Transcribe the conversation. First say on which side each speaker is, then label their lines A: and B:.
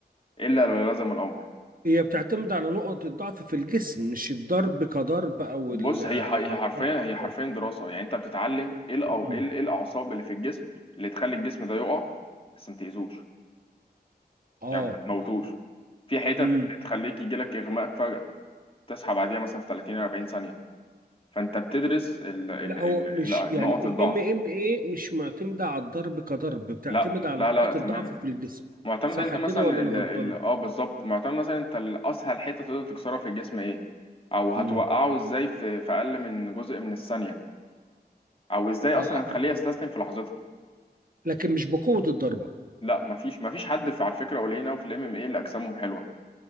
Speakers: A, on the left; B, on the right.
A: الا لو لزم الامر
B: هي بتعتمد على نقط الضعف في الجسم مش الضرب كضرب او
A: بص
B: الحركات
A: هي ح- هي حرفيا
B: حركات
A: هي حرفيا دراسة يعني انت بتتعلم ايه الأو-
B: مم.
A: ايه ال- ايه الاعصاب اللي في الجسم اللي تخلي الجسم ده يقع بس ما تاذوش
B: اه
A: يعني ما تموتوش في حتت
B: امم
A: بتخليك يجيلك اغماء فجأة تصحى بعديها مثلا في 30 40 ثانية فانت بتدرس ال ال
B: لا هو مش
A: ال ال-
B: يعني
A: نقط
B: الام
A: الضعف
B: ام اي مش معتمده على الضرب كضرب بتعتمد
A: لا
B: على
A: لا
B: نقط
A: لا, لا تماما
B: الضعف في الجسم
A: معتمد
B: صح
A: انت مثلا
B: كده ولا
A: ال
B: انا غلطان
A: ال اه بالظبط معتمد مثلا انت الاسهل حته تقدر تكسرها في الجسم ايه او هتوقعه
B: امم
A: ازاي في في اقل من جزء من الثانيه او ازاي
B: اه
A: اصلا هتخليه
B: آه.
A: يستسلم في لحظتها
B: لكن مش بقوه الضربه
A: لا مفيش مفيش حد في على فكره قليلين قوي في الام ام اي اللي اجسامهم حلوه